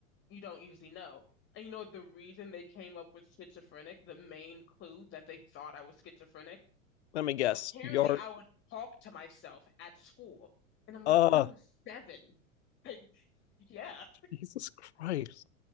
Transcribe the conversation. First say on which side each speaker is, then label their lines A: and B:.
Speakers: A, on the left (about 30°); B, on the left (about 55°).
A: you don't usually know. And you know, the reason they came up with schizophrenic, the main clue that they thought I was schizophrenic,
B: Let me guess.
A: apparently
B: Your
A: I would talk to myself at school. And I'm like,
B: Uh,
A: I was seven. <laughs> Like, yeah.
B: Jesus Christ.